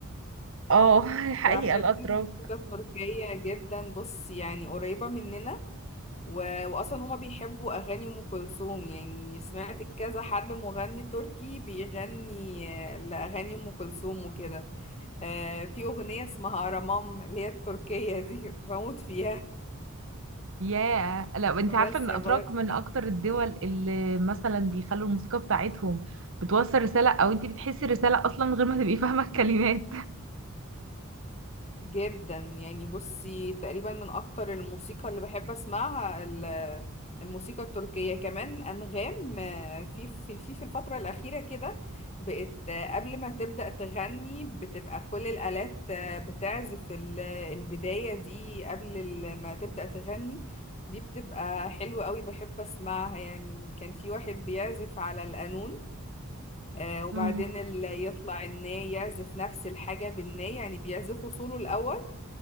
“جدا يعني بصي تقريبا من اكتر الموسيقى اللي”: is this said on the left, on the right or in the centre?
Left